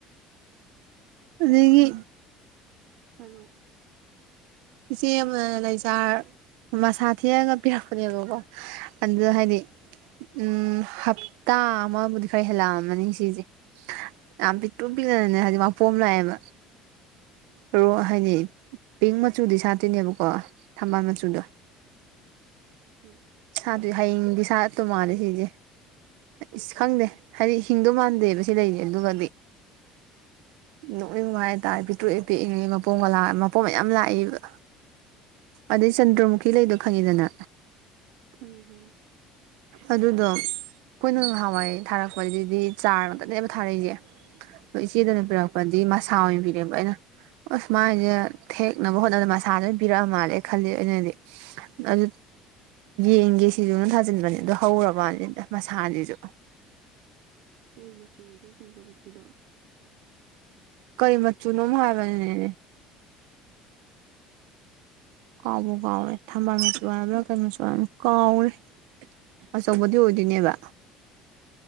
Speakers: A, on the right; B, on the right.
A: ꯑꯗꯒꯤ꯫
B: ꯑ
A: ꯏꯆꯦ ꯑꯃ ꯂꯩꯆꯥꯔ ꯃꯁꯥ ꯊꯦꯛꯑꯒ ꯄꯤꯔꯛꯄꯅꯦꯕꯀꯣ꯫ ꯑꯗꯨ ꯍꯥꯏꯗꯤ ꯎꯝ ꯍꯞꯇꯥ ꯑꯃꯕꯨꯗꯤ ꯈꯔ ꯍꯦꯜꯂꯛꯑꯝꯃꯅꯤ ꯁꯤꯁꯦ꯫ ꯌꯥꯝ ꯄꯤꯛꯇꯣ ꯄꯤꯛꯅꯅꯅꯦ ꯍꯥꯏꯗꯤ ꯃꯥꯄꯣꯝ ꯂꯥꯛꯑꯦꯕ ꯔꯣ ꯍꯥꯏꯗꯤ ꯄꯤꯡ ꯃꯆꯨꯗꯤ ꯁꯥꯠꯇꯤꯅꯦꯕꯀꯣ ꯊꯝꯕꯥꯜ ꯃꯆꯨꯗꯣ
B: ꯍꯣꯏ
A: ꯁꯥꯗ ꯍꯌꯦꯡꯗꯤ ꯁꯥꯠꯇꯧ ꯃꯥꯜꯂꯦ ꯁꯤꯁꯦ ꯏꯁ ꯈꯪꯗꯦ ꯍꯥꯏꯗꯤ ꯍꯤꯡꯗꯧ ꯃꯥꯟꯗꯦꯕ ꯁꯤ ꯂꯩꯔꯤ ꯑꯗꯨꯒꯗꯤ ꯅꯣꯛꯅꯤꯡ ꯍꯥꯏꯇꯥꯔꯦ ꯄꯤꯛꯇ꯭ꯔꯨꯏ ꯄꯤꯛꯏꯉꯩ ꯃꯄꯣꯝꯒꯥ ꯃꯄꯣꯝ ꯃꯌꯥꯝ ꯂꯥꯛꯏꯕ꯫ ꯑꯗꯩ ꯆꯟꯗ꯭ꯔꯃꯨꯈꯤ ꯂꯩꯗꯣ ꯈꯪꯉꯤꯗꯅ
B: ꯈꯪꯉꯦ ꯈꯪꯉꯦ꯫
A: ꯑꯗꯨꯗꯣ ꯑꯩꯈꯣꯏꯅ ꯉꯍꯥꯟꯋꯥꯏ ꯊꯥꯔꯛꯄꯗꯗꯤ ꯆꯥꯔ ꯉꯇꯅꯦꯕ ꯊꯥꯔꯛꯏꯌꯦꯦ ꯑꯗꯣ ꯏꯆꯦꯗꯅ
B: ꯎꯝ
A: ꯄꯤꯔꯛꯄꯗꯤ ꯃꯁꯥ ꯑꯣꯏꯅ ꯄꯤꯔꯛꯑꯕ ꯑꯩꯅ ꯑꯁꯨꯃꯥꯏꯁꯦ ꯊꯦꯛꯅꯕ ꯍꯣꯠꯅꯕꯗ ꯃꯁꯥꯁꯦ ꯑꯗꯨꯝ ꯄꯤꯔꯛꯑ ꯃꯥꯜꯂꯦ ꯈꯜꯂꯤ ꯑꯩꯅꯗꯤ꯫ ꯑꯗꯨ ꯌꯦꯡꯒꯦ ꯁꯤꯁꯨ ꯑꯗꯨ ꯊꯥꯖꯤꯟꯕꯅꯦ ꯑꯗꯨ ꯍꯧꯔꯕꯅꯤ ꯃꯁꯥꯁꯤꯁꯨ
B: ꯀꯩ ꯃꯆꯨ ꯑꯣꯏꯒꯦ ꯆꯟꯗ꯭ꯔ ꯄꯨꯈꯈꯤꯗꯣ
A: ꯀꯔꯤ ꯃꯆꯨꯅꯣꯝ ꯍꯥꯏꯕꯅꯤꯅꯦꯅꯦ꯫ ꯀꯥꯎꯕ ꯀꯥꯎꯔꯦ ꯊꯝꯕꯥꯜ ꯃꯁꯨꯨ ꯋꯥꯔꯕ꯭ꯔꯥ ꯀꯩꯣ ꯃꯆꯨ ꯋꯥꯔꯕ ꯀꯥꯎꯔꯦ ꯑꯆꯧꯕꯗꯤ ꯑꯣꯏꯗꯣꯏꯅꯦꯕ